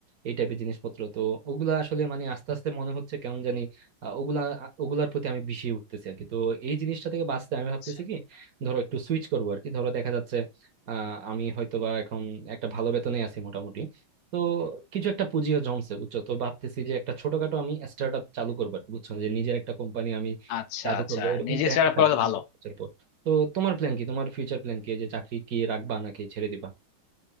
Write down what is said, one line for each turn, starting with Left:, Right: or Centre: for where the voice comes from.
Right: এই টাইপের জিনিসপত্র তো ওগুলা আসলে মানে আস্তে আস্তে মনে হচ্ছে কেমন জানি আহ, ওগুলা ওগুলার প্রতি আমি বিষিয়ে উঠতেছি আর কি তো এই জিনিসটা থেকে বাঁচতে আমি ভাবতেছি
Left: আচ্ছা
Right: কি ধরো একটু সুইচ করবো আর কি ধরো দেখা যাচ্ছে আহ আমি হয়তো বা এখন একটা ভালো বেতনে আছি মোটামুটি তো কিছু একটা পুঁজিও জমছে বুঝছো তো ভাবতেছি যে একটা ছোটখাটো আমি স্টার্ট আপ চালু করবো আর কি, বুঝছো যে নিজের একটা কোম্পানি আমি
Left: আচ্ছা
Right: চালু
Left: আচ্ছা
Right: করবো এরকম
Left: নিজে
Right: প্ল্যান
Left: স্টার্ট
Right: আছে
Left: আপ করা
Right: আর কি
Left: তো
Right: দুই
Left: ভালো
Right: তিন বছর পর তো তোমার প্ল্যান কি তোমার ফিউচার প্ল্যান কি এই যে চাকরি কি রাখবা নাকি ছেড়ে দিবা